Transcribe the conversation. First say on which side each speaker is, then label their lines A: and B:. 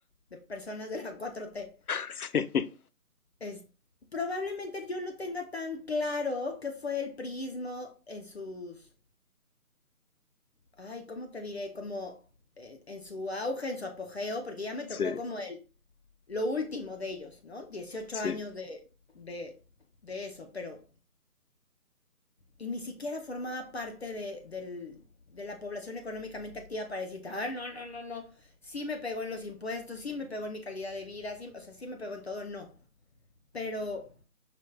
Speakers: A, on the left; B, on the left.
A: de personas de la cuatro t
B: Sí,
A: Es- probablemente yo no tenga tan claro qué fue el prismo en sus, ay, ¿cómo te diré? Como en, en su auge, en su apogeo, porque ya me
B: sí,
A: tocó como el, lo último de ellos, ¿no? dieciocho
B: sí.
A: años de, de, de eso, pero y ni siquiera formaba parte de, del, de la población económicamente activa para decirte, ah, no, no, no, no, sí me pegó en los impuestos, sí me pegó en mi calidad de vida, sí, o sea, sí me pegó en todo, no. Pero